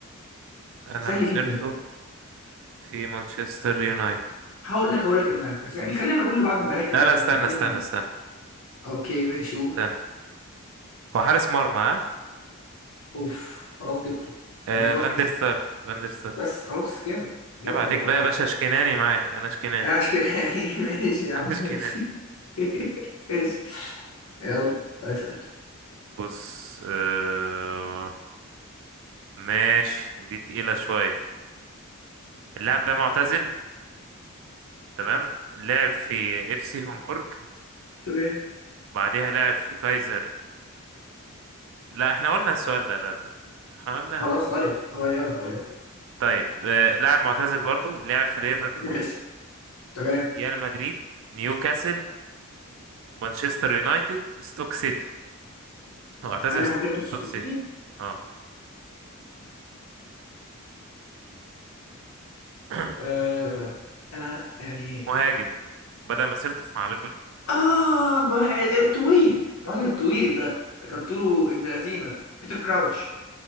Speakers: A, on the right; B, on the left.
A: أنا
B: سهل
A: مسيرته
B: جدا
A: في مانشستر يونايتد
B: هقول لك هقول لك المركز يعني خلينا نقول لبعض المراكز
A: لا
B: عشان
A: لا استنى
B: ننهي
A: استنى استنى
B: اوكي ماشي قول.
A: استنى هو حارس مرمى ها
B: اوف خلاص جبته بالظبط
A: آه فاندر سار فاندر سار
B: بس خلاص جامد جامد
A: عيب عليك
B: هو
A: بقى يا باشا اشكناني معاك أنا اشكناني
B: عاش كده يعني <laughs> ماشي يا عم
A: <laughs> أنا اشكناني
B: ماشي <laughs> ماشي يلا اسأل
A: بص آه ماشي دي تقيلة شوية اللاعب ده معتزل تمام لعب في اف سي هومبورج
B: تمام
A: بعديها لعب في كايزر لا احنا قلنا السؤال ده لا لا احنا قلنا
B: خلاص غير غير غير
A: طيب آه، لاعب معتزل برضو لعب في ليفربول
B: ماشي تمام
A: ريال مدريد نيوكاسل مانشستر يونايتد ستوك سيتي هو اعتزل
B: انا
A: ستوك
B: مدربته في ستوك
A: سيتي
B: سيتي
A: اه <clears throat>
B: آه انا يعني
A: مهاجم بدأ مسيرته مع ليفربول
B: اه ما- طويل المهاجم الطويل ده ده كان طوله ابن لذينه بيتر كراوتش